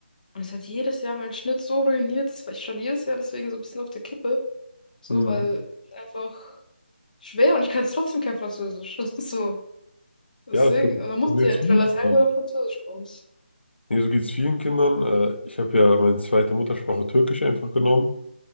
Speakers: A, on the left; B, on the left.
A: Und es hat jedes Jahr meinen Schnitt so ruiniert, das war ich schon jedes Jahr deswegen so ein bisschen auf der Kippe. So,
B: Hm.
A: weil einfach schwer und ich kann jetzt trotzdem kein Französisch. <laughs> Das ist so. Deswegen,
B: Ja, das geht
A: also man muss
B: so geht's
A: ja entweder
B: vielen
A: Latein
B: Kindern.
A: oder Französisch bei uns.
B: Nee, so geht es vielen Kindern. Äh, ich habe ja meine zweite Muttersprache Türkisch einfach genommen